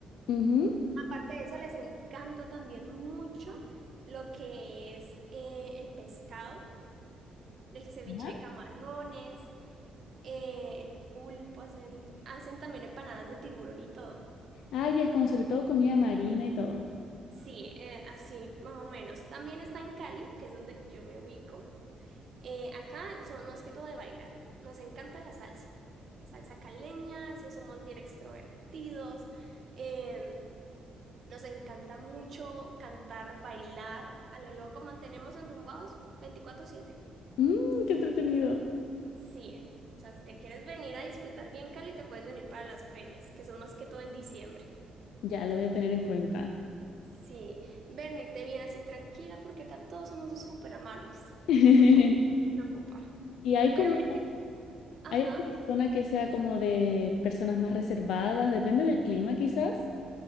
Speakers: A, on the left; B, on the right.
A: Ujú.
B: Aparte de eso, les encanta también mucho lo que es eh, el pescado, el ceviche
A: ¿Ya?
B: de camarones, eh, el pulpo. Hacen, hacen también empanadas de tiburón y todo.
A: Ah, ya es como sobre todo comida marina y todo.
B: Sí, eh, así más o menos. También está en Cali, que es donde yo me ubico. Eh, acá somos más que todo de bailar. Nos encanta la salsa. La salsa caleña, eso somos bien extrovertidos. Em, nos encanta mucho cantar, bailar. A lo loco mantenemos enrumbados veinticuatro siete
A: mmm qué entretenido.
B: Sí, o sea, si te quieres venir a disfrutar bien Cali, te puedes venir para las ferias, que son más que todo en diciembre.
A: Ya, lo voy a tener en cuenta.
B: Sí, venirte bien así tranquila, porque acá todos somos súper amables.
A: <laughs>
B: O sea, por eso no te preocupar.
A: Y hay
B: Pero
A: como,
B: mira que, ajá.
A: hay una zona que sea como de personas más reservadas, depende del clima quizás.